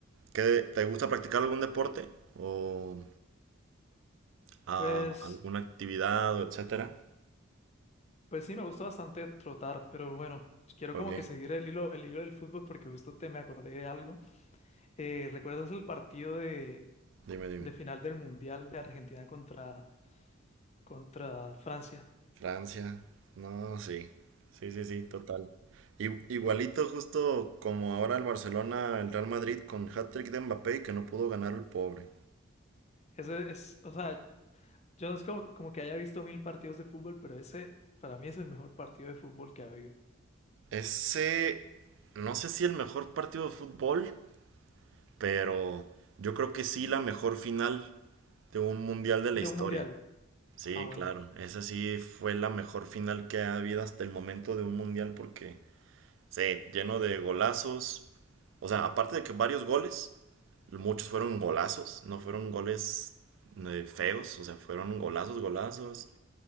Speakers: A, on the right; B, on the left.
A: qué te gusta practicar algún deporte o ah,
B: Pues,
A: alguna actividad o etcétera?
B: pues sí, me gustó bastante trotar, pero bueno, quiero
A: Ok,
B: como que seguir el hilo, el hilo del fútbol porque justo te me acordé de algo. Eh, ¿recuerdas el partido de,
A: dime, dime.
B: de final del Mundial de Argentina contra, contra Francia.
A: Francia. No, sí. Sí, sí, sí, total. I- igualito justo como ahora el Barcelona, el Real Madrid con hat-trick de Mbappé y que no pudo ganar el pobre.
B: Ese es, o sea, yo no es como, como que haya visto mil partidos de fútbol, pero ese para mí es el mejor partido de fútbol que ha habido.
A: Ese, no sé si el mejor partido de fútbol, pero yo creo que sí la mejor final de un mundial de la
B: De
A: historia.
B: un Mundial.
A: Sí,
B: Ah, bueno,
A: claro, esa sí fue la mejor final que ha habido hasta el momento de un mundial porque, sí, lleno de golazos, o sea, aparte de que varios goles, muchos fueron golazos, no fueron goles eh, feos, o sea, fueron golazos, golazos,